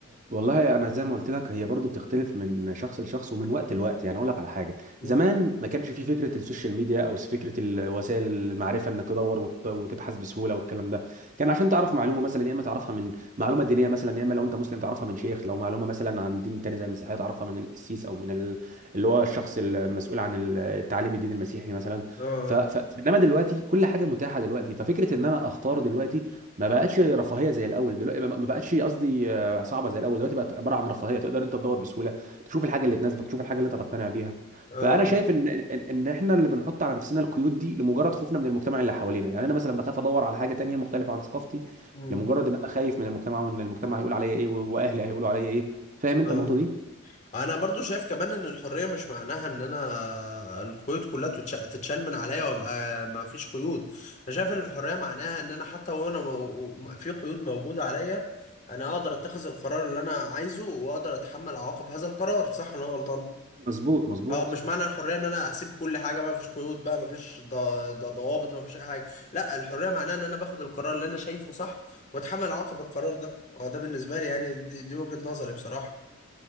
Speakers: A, on the right; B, on the left.
A: والله انا زي ما قلت لك هي برضو بتختلف من شخص لشخص ومن وقت لوقت يعني اقول لك على حاجه
B: مم.
A: زمان ما كانش في فكره السوشيال ميديا او فكره ال- وسائل المعرفه انك تدور وت- وتبحث بسهوله والكلام ده كان عشان تعرف معلومه مثلا يا اما تعرفها من معلومه دينيه مثلا يا اما لو انت مسلم تعرفها من شيخ لو معلومه مثلا عن دين تاني زي المسيحيه تعرفها من القسيس او من ال- اللي هو الشخص المسؤول عن ال- تعليم الدين المسيحي مثلا
B: اه اه
A: ف... ف... انما دلوقتي كل حاجه متاحه دلوقتي ففكره ان انا اختار دلوقتي ما بقتش رفاهيه زي الاول دلوقتي ما بقتش قصدي صعبه زي الاول دلوقتي بقت عباره عن رفاهيه تقدر انت تدور بسهوله تشوف الحاجه اللي تناسبك تشوف الحاجه اللي انت تقتنع بيها
B: اه
A: فانا شايف ان ان إن احنا اللي بنحط على نفسنا القيود دي لمجرد خوفنا من المجتمع اللي حوالينا يعني انا مثلا بخاف ادور على حاجه تانية مختلفه عن ثقافتي
B: مم.
A: لمجرد ان انا خايف من المجتمع وان المجتمع هيقول عليا ايه واهلي هيقولوا عليا ايه فاهم انت
B: اه
A: النقطه دي
B: انا برضو شايف كمان ان الحريه مش معناها ان انا القيود كلها تتش- تتشال من عليا وابقى ما فيش قيود انا شايف ان الحريه معناها ان انا حتى وانا مو... في قيود موجوده عليا انا اقدر اتخذ القرار اللي انا عايزه واقدر اتحمل عواقب هذا القرار صح ولا انا غلطان
A: مظبوط مظبوط
B: اه مش معنى الحريه ان انا هسيب كل حاجه ما فيش قيود بقى ما فيش ض- ض- ضوابط ما فيش اي حاجه لا الحريه معناها ان انا باخد القرار اللي انا شايفه صح واتحمل عواقب القرار ده اه ده بالنسبه لي يعني دي, دي وجهه نظري بصراحه